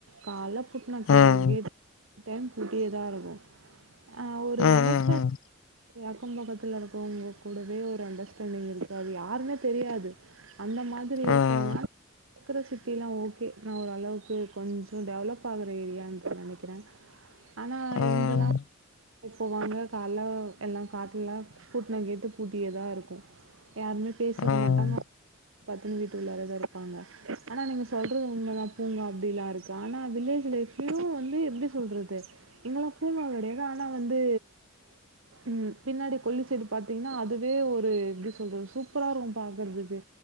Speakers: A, on the right (about 70°); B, on the left (about 65°).
A: கால்ல பூட்ன கேட்
B: ம்.
A: எனிடைம் பூட்டியேதா இருக்கும் ஆ ஒரு
B: ம்.
A: அண்டர்ஸ்டாண்ட்
B: ம்.
A: அக்கம் பக்கத்தில இருக்கறவங்க கூடவே ஒரு அண்டர்ஸ்டாண்டிங் இருக்காது யாருன்னே தெரியாது அந்த மாதிரி
B: ம்.
A: இருக்காங்க இருக்குற சிட்டிலா ஓகே ஏனா ஓரளவுக்கு கொஞ்சோ டெவலப் ஆகுற ஏரியான்னு நெனைக்குறே ஆனா
B: ம்.
A: இங்கெல்லா <inaudible> இப்ப வாங்க கால்ல எல்லா பாத்தீங்களா பூட்ன கேட்டு பூட்டியேதாருக்கு யாருமே பேசிக்க
B: ம்.
A: மாட்டாங்க பாத்தன்னு வீட்டு உள்ளாரேதா இருப்பாங்க ஆனா நீங்க சொல்றது உண்மதா பூங்க அப்பிடலா இருக்கு ஆனா வில்லேஜ்லே எப்பியு வந்து எப்பிடி சொல்றது எங்கெல்லா பூங்கா கெடையது ஆனா வந்து ம் பின்னாடி கொல்லி சைடு பாத்தீங்கன்னா அதுவே ஒரு எப்பிடி சொல்றது சூப்பராருக்கு பாக்கறதுக்கு